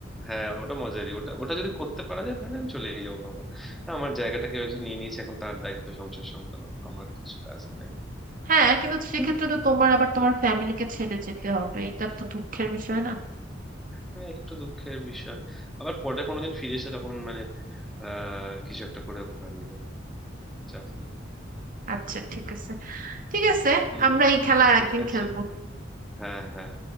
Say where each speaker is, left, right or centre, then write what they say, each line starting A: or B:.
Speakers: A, in the centre; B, on the right.
A: হ্যাঁ ওটা মজারই ওটা ওটা যদি করতে পারা যায় তাহলে আমি চলেই যাবো বাবা হ্যাঁ, আমার জায়গাটা কেউ একজন নিয়ে নিয়েছে এখন তার দায়িত্ব সংসার সামলানো আমার কিছু কাজ নাই
B: হ্যাঁ কিন্তু সেক্ষেত্রে
A: হুম,
B: তো তোমার আবার তোমার ফ্যামিলিকে ছেড়ে যেতে হবে এটা তো দুঃখের বিষয় না
A: হ্যাঁ একটু দুঃখের বিষয় আবার পরে কোনোদিন ফিরে এসে তখন মানে আহ কিছু একটা করে ওকে ভাগিয়ে দেবো চাপ নেই
B: আচ্ছা ঠিক আছে ঠিক আছে
A: হুম
B: আমরা এই খেলা
A: ঠিক
B: আর একদিন
A: আছে
B: খেলবো
A: হ্যাঁ হ্যাঁ